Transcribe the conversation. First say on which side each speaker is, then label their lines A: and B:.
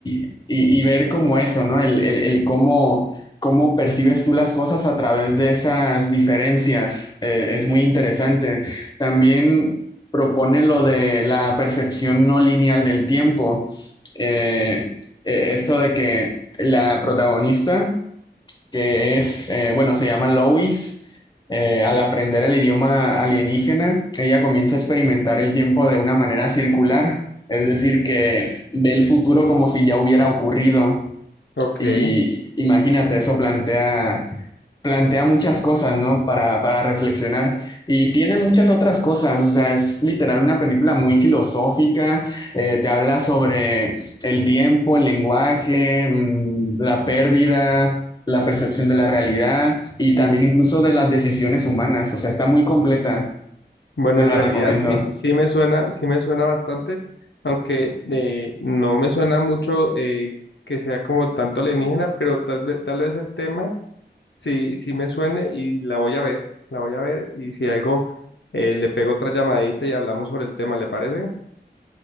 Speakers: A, on the left (about 25°); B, on the left (about 80°).
A: y- y- y ver como eso, ¿no? El, el- el cómo, cómo percibes tú las cosas a través de esas diferencias eh, es muy interesante. También propone lo de la percepción no lineal del tiempo. Eh, eh, esto de que la protagonista que es, eh, bueno, se llama Lois. Eh, al aprender el idioma alienígena, ella comienza a experimentar el tiempo de una manera circular, es decir, que ve el futuro como si ya hubiera ocurrido.
B: ok.
A: Y imagínate, eso plantea, plantea muchas cosas, ¿no? Para, para reflexionar. Y tiene muchas otras cosas, o sea, es literal una película muy filosófica, eh, te habla sobre el tiempo, el lenguaje, mm, la pérdida, la percepción de la realidad y también incluso de las decisiones humanas, o sea, está muy completa,
B: Bueno,
A: te
B: en
A: la
B: realidad
A: recomiendo.
B: sí, sí me suena, sí me suena bastante, aunque eh, no me suena mucho eh, que sea como tanto alienígena, pero tal vez, tal vez el tema sí, sí me suene y la voy a ver, la voy a ver y si algo eh, le pego otra llamadita y hablamos sobre el tema, ¿le parece?